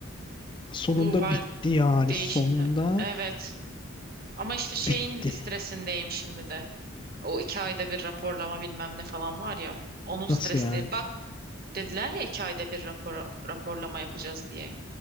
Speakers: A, on the left (about 25°); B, on the right (about 45°).
A: Sonunda
B: Bu var
A: bitti yani.
B: değişimler.
A: Sonunda
B: Evet. Ama işte şeyin
A: bitti.
B: stresindeyim şimdi de. O iki ayda bir raporlama bilmem ne falan var ya. Onun stresindeyim.
A: Nasıl yani?
B: Bak dediler ya iki ayda bir rapor, raporlama yapacağız diye.